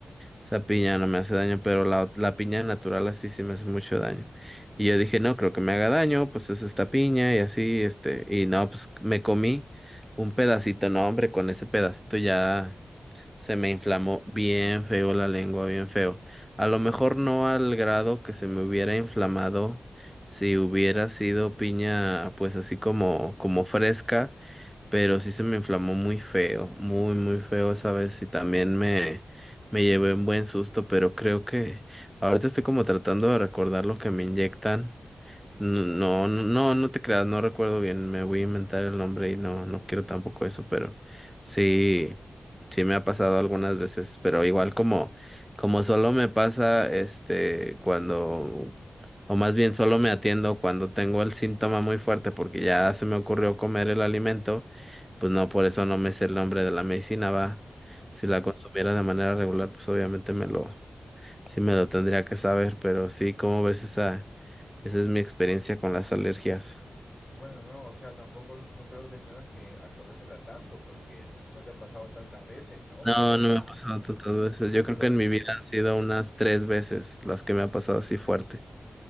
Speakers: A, in the centre; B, on the left (about 40°).
A: Esa piña no me hace daño, pero la, la piña natural así sí me hace mucho daño. Y yo dije, no creo que me haga daño, pues es esta piña y así, este, y no, pues me comí un pedacito, no, hombre, con ese pedacito ya se me inflamó bien feo la lengua, bien feo. A lo mejor no al grado que se me hubiera inflamado si hubiera sido piña, pues así como, como fresca pero sí se me inflamó muy feo, muy, muy feo esa vez y también me, me llevé un buen susto, pero creo que ahorita estoy como tratando de recordar lo que me inyectan. No, no, no, no te creas, no recuerdo bien, me voy a inventar el nombre y no, no quiero tampoco eso, pero sí, sí me ha pasado algunas veces, pero igual como, como solo me pasa, este, cuando, o más bien solo me atiendo cuando tengo el síntoma muy fuerte porque ya se me ocurrió comer el alimento, pues no, por eso no me sé el nombre de la medicina, va.
B: Ujú.
A: Si la consumiera de manera regular, pues obviamente me lo, sí me lo tendría que saber, pero sí, ¿cómo ves esa? Esa es mi experiencia con las alergias.
B: Bueno, no, o sea, tampoco no creo que tengas que acordártela tanto porque no te ha pasado tantas veces, ¿no?
A: No,
B: Pero,
A: no me ha pasado tantas veces. Yo creo
B: pero,
A: que en mi vida han sido unas tres veces las que me ha pasado así fuerte.